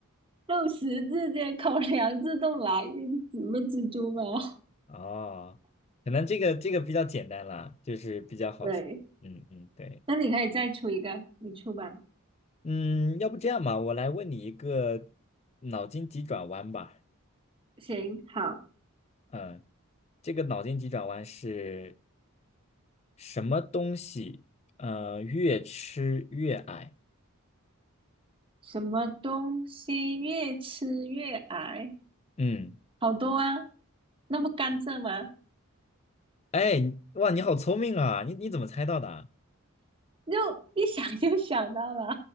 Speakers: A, on the right; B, on the left.
A: 肉食之间口粮自动来，什么蜘蛛吗？
B: 哦，可能这个这个比较简单啦，就是比较好猜。
A: <laughs> 对，
B: 嗯嗯，对，
A: 那你可以再出一个，你出吧。
B: 嗯，要不这样吧，我来问你一个脑筋急转弯吧。
A: 行，好。
B: 嗯，这个脑筋急转弯是什么东西？呃，越吃越矮。
A: 什么东西越吃越矮？
B: 嗯。
A: 好多啊，那不甘蔗吗？
B: 哎，你哇，你好聪明啊！你你怎么猜到的啊
A: 就一想就想到了